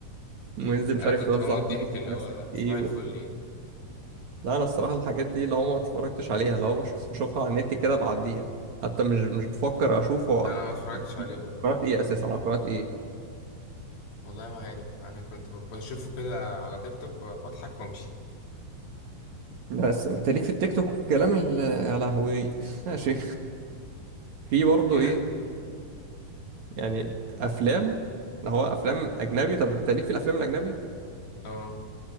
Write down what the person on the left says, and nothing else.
أنا
كنت
بموت
ضحك
اللي
هو
صباح
الفل يعني
أنا ما اتفرجتش عليه برضه
والله ما عارف أنا كنت ب- بشوفه كده على تيك توك و- وأضحك وأمشي
يعني
أه